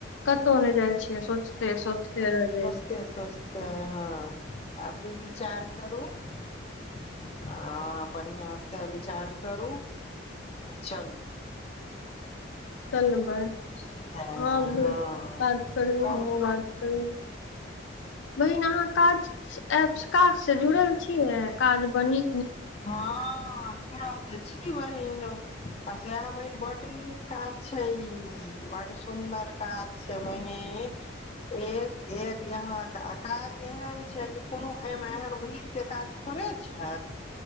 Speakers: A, on the left (about 75°); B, on the left (about 30°).
A: कतहु नहि जाइ छियै सोचते सोचते रह जे।
B: स सस्त हँ। अबरी विचार करू आ बढ़आं से विचार करू चलू।
A: चलबै अहाँ
B: बुझलियै
A: भी
B: हँ
A: बात करू
B: सब
A: हमहूँ बात करू। बहिनाहाँ। काज एप काज से जुड़ल छियै काज। बनी।
B: हँ जूरा। त छी बहिन आ सय बहिन बड्ड नीक काज छै ई। बड सुन्दर काज छै बहीन। एक एक यहाँ। काज एहन छै कि कोनो। एहिमे एहन भीड़ के काज थोड़े छै।